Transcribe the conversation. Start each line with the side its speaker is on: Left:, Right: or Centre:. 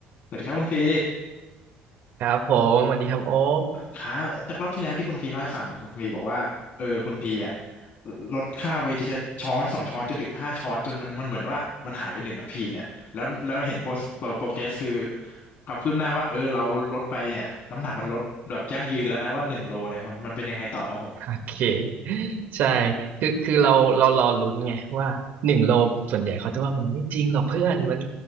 Left: สวัสดีครับคุณพี
Right: ครับผมสวัสดีครับโอ๊ค
Left: ครับจากรอบที่แล้วที่คุณพีเล่าให้ฟังคุณพีบอกว่าเออคุณพีอะลดค่าไปทีละช้อนสองช้อนจนถึงห้าช้อนจนมันมันเหมือนว่ามันหายไปหนึ่งทัพพีเนี่ยแล้วแล้วเห็นโปรโปรเกรสคือความคืบหน้าว่าเออเราลดไปเนี่ยน้ำหนักมันลดแบบยั่งยืนแล้วนะว่าหนึ่งโลเนี่ยมันมันเป็นยังไงต่อครับผม
Right: โอเคใช่คือคือเราเรารอลุ้นไงว่าหนึ่งโลส่วนใหญ่เขาจะว่ามันไม่จริงหรอกเพื่อนมัน